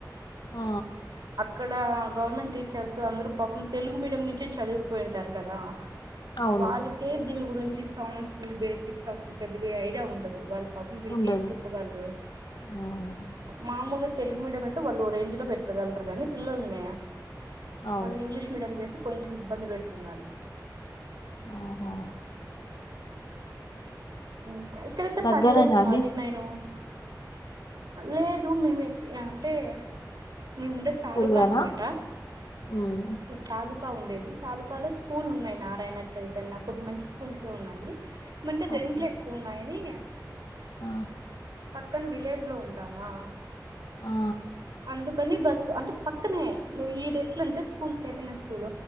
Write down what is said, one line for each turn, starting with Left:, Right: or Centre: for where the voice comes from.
Left: ఆ
Right: అక్కడ గవర్నమెంట్ టీచర్స్ అందరూ పాపం తెలుగు మీడియం నుంచే చదివిపోయింటారు కదా
Left: అవును
Right: వాళ్ళకే దీని గురించి సాంగ్స్ బేసిక్స్ అసలు పెద్దగా ఐడియా ఉండదు వాళ్ళ పాపం వీళ్ళకి
Left: ఉండదు
Right: ఏం చెప్పగలరు
Left: ఉమ్,
Right: మామూలుగా తెలుగు మీడియం అయితే వాళ్ళు ఓ రేంజ్ లో పెట్ట గలరు కానీ పిల్లోల్లని
Left: అవును
Right: వాళ్ళని ఇంగ్లీష్ మీడియం చేసి కొంచెం ఇబ్బంది పెడుతున్నారు
Left: ఆహా
Right: ఇంకా ఇక్కడైతే
Left: దగ్గరేనా
Right: పర్లేదు
Left: అండి
Right: మరి నేను లేదు మేమే అంటే మీ ముండేది
Left: స్కూల్
Right: తాలూకా
Left: వేనా
Right: అన్నమాట
Left: ఉమ్,
Right: తలూ కా ఉండేది తాలూకాలో స్కూల్ ఉన్నాయి నారాయణ చైతన్య కొన్ని మంచి స్కూల్స్ ఉన్నాయి ఏమంటే రెంట్లు
Left: ఓకే
Right: ఎక్కువ ఉన్నాయాని
Left: ఆ
Right: పక్కన విలేజ్ లో ఉంటామా
Left: ఆ
Right: అందుకని బస్సు అంటే పక్కనే నువ్ ఈడె ఎట్ల అంటే school Chaitanya school